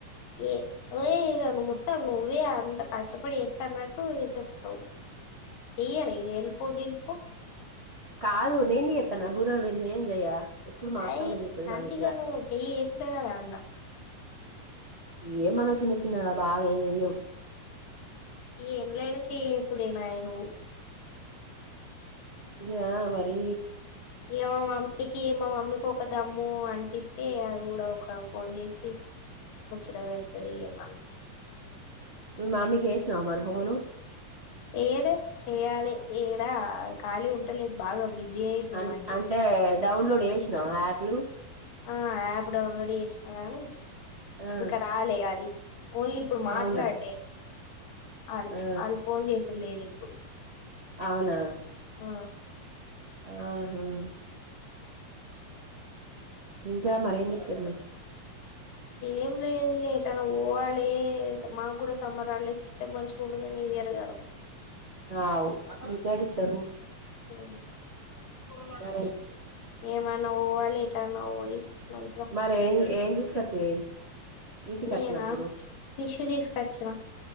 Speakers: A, on the left; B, on the right.
A: ఏ ఒయే ఇగ నువ్ మొత్తం నువ్వే అంత కష్టపడి చెత్తన్నట్టు ఇగ చెప్తావ్ చెయ్యారా ఇగ హెల్పో గ్లీపో
B: కాదు నేన్ చెత్తనా బురెలు నేన్ <inaudible> చెయ్య ఎప్పుడు
A: ప్రైయి
B: మా అత్తమ్మ చెత్తది మా
A: అంటి
B: ఇంట్ల
A: ఇగ నువ్వు చెయ్యి ఏసుడే కదా అన్లా
B: ఏ మనం చిన్న చిన్నగా బాగా ఏమియ్యం
A: ఇగ ఎన్లైనా చేయేసుడేనాయ నువు
B: ఇగా మరీ
A: ఇగ మా మమ్మీకి మా మమ్మీకి ఒక దమ్ము అంటిత్తే అది కూడా ఒక ఫోన్ చేసి ముచ్చట పెడుతది ఇయమ్మ
B: మీ మమ్మీకి చేసినవా మరి ఫోను.
A: చేయలే చెయాలి ఏడా ఖాళీ ఉంటలేదు బాగా బిజీ అయింది
B: అం
A: ఈ మధ్య
B: అంటే డౌన్లోడ్ చేసినవా ఆప్లు.
A: ఆ యాప్ డౌన్లోడ్ చేసిన గాని
B: ఆ
A: ఇంక రాలే అది. ఓన్లీ ఇప్పుడు మాట్లాడుడే.
B: అవునా
A: ఆళ్ళు
B: ఆ
A: ఆళ్ళు ఫోన్ చేసుడు లేదు ఇప్పుడు.
B: అవునా.
A: ఆ
B: ఆ హాఁ
A: అట్లా
B: ఇంకా మరేంజేత్తురు?
A: ఏం లేదు ఏటనా పోవాలే, మాకు కూడా సమ్మర్ ఆల్డేస్ ఇత్తే మంచిగ ఉండు గాని ఇయ్యరు గదా.
B: ఆఁ మీకేడిత్తరు.
A: మ్
B: మరే
A: ఏమన ఎటన వోయి మంచిగ
B: మరేం <unintelligible> ఇంటికి
A: నేనా
B: వచ్చినప్పుడు
A: ఫిష్ తీసుకొచ్చిన.